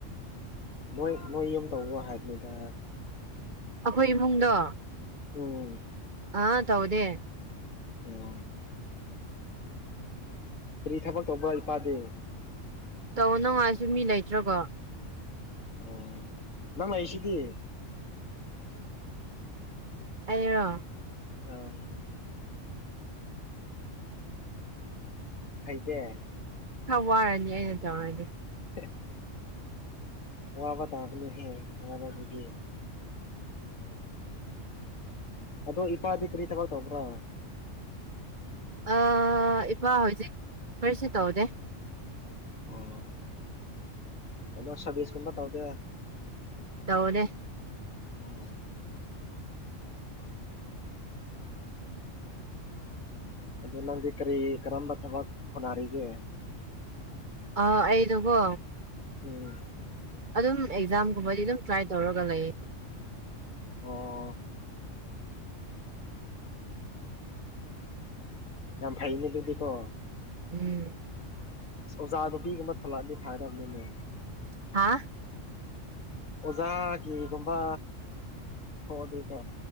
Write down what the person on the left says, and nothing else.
ꯅꯣꯏ ꯅꯣꯏ ꯌꯨꯝ ꯇꯧꯕ꯭ꯔꯣ ꯍꯥꯏꯕꯅꯤꯗ
ꯎꯝ
ꯎꯝ ꯑꯣ ꯀꯔꯤ ꯊꯕꯛ ꯇꯧꯕ꯭ꯔꯥ ꯏꯄꯥꯗꯤ
ꯑꯣ ꯅꯪ ꯂꯩꯁꯤꯗꯤ
ꯑꯧ ꯍꯩꯇꯦ
<unintelligible> ꯋꯥꯕ ꯇꯥꯕꯅꯤꯍꯦ ꯋꯥꯕꯕꯨꯗꯤ ꯑꯗꯣ ꯏꯄꯥꯗꯤ ꯀꯔꯤ ꯊꯥꯕꯛ ꯇꯧꯕ꯭ꯔꯥ
ꯑꯣ ꯀꯩꯅꯣ ꯁꯔꯚꯤꯁꯀꯨꯝꯕ ꯇꯧꯗꯦ
ꯑꯣ ꯑꯣ ꯑꯗꯣ ꯅꯪꯗꯤ ꯀꯔꯤ ꯀꯔꯝꯕ ꯊꯕꯛ ꯍꯣꯅꯔꯤꯒꯦ
ꯎꯝ
ꯑꯣ ꯌꯥꯝ ꯐꯩꯅꯦ ꯑꯗꯨꯗꯤꯀꯣ꯫
ꯑꯣꯖꯥ ꯅꯨꯄꯤꯒꯨꯝꯕ ꯊꯣꯂꯛꯑꯗꯤ ꯐꯒꯗꯝꯅꯤꯅꯦ꯫
ꯑꯣꯖꯥꯒꯤꯒꯨꯝꯕ ꯊꯣꯛꯑꯗꯤꯀꯣ꯫